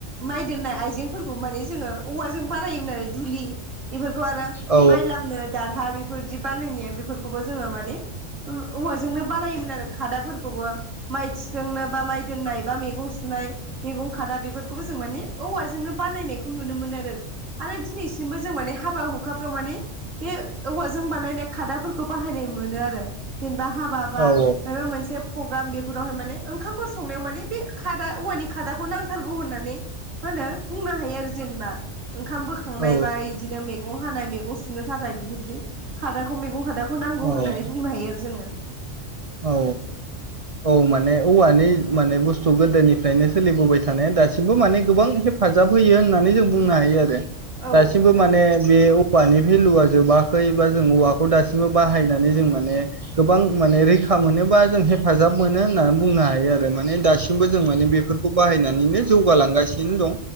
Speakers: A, on the right; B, on the right.
A: माइ दोननाय आइजेंफोरखौ माने जोंङो औवाजों बानायोमोन आरो दुलि बेफोर खौ आरो
B: औ
A: माइ लामनो दार बेफोरदि बानायनाया बेफोरखौबौ जोंङो माने औवाजोंनो बानायोमोन आरो खादाफोरखौबो माइ थिखांनो बा माइ दोननाय बा मैगं सु सुनाय मैगं खादा बेफोरखौबो जों माने औवाजोंनो बानायनायखौ नुनो मोन आरो आरो दिनैसिम बो जों माने हाबा हुखाफ्राव माने बे औवाजों बानायनाय खादाफोरखौ बाहायनाय मोनो आरो जेनेबा हाबा बा
B: औ
A: माबा मोनसे प्रग्राम बेफोरावहाय माने ओंखामफोर संनायाव माने बे खादा औवानि खादाखौ नांथारगौ होननानै <unintelligible> बुंनो हायो आरो जेनेबा ओंखाम बोखांनाय
B: औ
A: बा इदिनो मैगं हानाय मैगं सुनो थाखाय बेफोर बिदि खादाखौ मैगं खादाखौ नांगौ
B: औ
A: होननानै बुंनो हायो आरो जोंङो
B: औ औ माने औवानि माने बुस्थु गोदोनिफ्रायनो सोलिबोबाय थानाया दासिमबो माने गोबां हेफाजाब होयो होननानै जों बुंनो हायो आरो
A: औ
B: दासिमबो माने बे औवानि भेलुआ जोबाखै बा जों औवाखौ दासिमबो बाहायनानै जों माने गोबां माने रै खा मोनोबा जों हेफाजाब मोनो होननानै बुंनो हायो आरो माने दासिमबो जों माने बेफोर खौ बाहायनानैनो जौगालांगासिनो दं